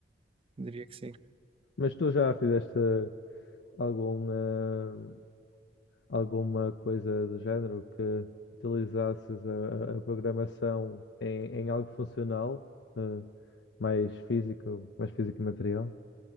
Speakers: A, on the right (about 30°); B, on the left (about 65°).
A: diria que sim.
B: Mas tu já fizeste algum, eh, alguma coisa do género que utilizasses a, a- a programação em, em algo funcional, eh, mais físico, mais físico e material.